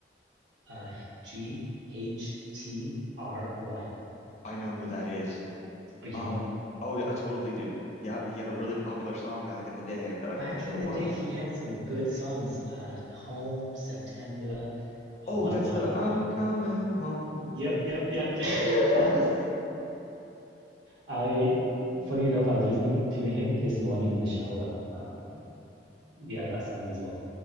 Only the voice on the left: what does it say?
I know who that is.
Um,
oh, I totally do. Yeah, he had a really
popular song back in the day. I bet I forget
what
it
was.
Oh,
that's
the
I'm coming home.
Yes.